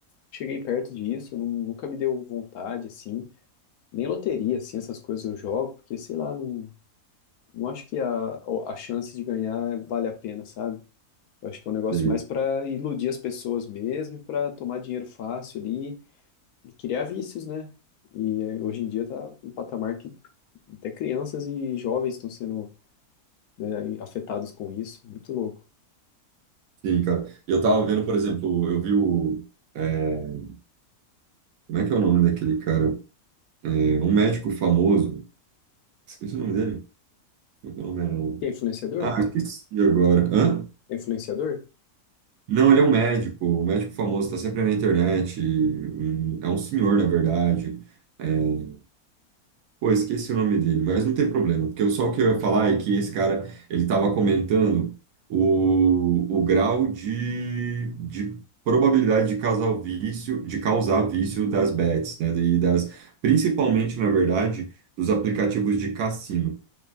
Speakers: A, on the left; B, on the right.
A: cheguei perto disso, nu- nunca me deu vontade, assim, nem loteria, assim, essas coisas eu jogo, porque, sei lá, não Não acho que a, a chance de ganhar vale a pena, sabe? Eu acho que é um negócio
B: E-
A: mais para iludir as pessoas mesmo e para tomar dinheiro fácil ali e criar vícios, né? E eh, hoje em dia tá um patamar que até crianças e jovens estão sendo, né, afetados com isso. Muito louco.
B: sim, cara. Eu tava vendo, por exemplo, eu vi o. é, como é que é o nome daquele cara? É, um médico famoso. Esqueci o nome dele. Como é que é o nome?
A: E é influenciador?
B: Ah, esqueci agora. Hã?
A: É influenciador?
B: Não, ele é um médico, um médico famoso, está sempre na internet. um- é um senhor, na verdade. É, Pô, esqueci o nome dele, mas não tem problema, porque eu- só o que eu ia falar é que esse cara, ele estava comentando o, o grau de, de probabilidade de causar o vício, de causar vício das bets, né? E das, principalmente, na verdade, dos aplicativos de cassino.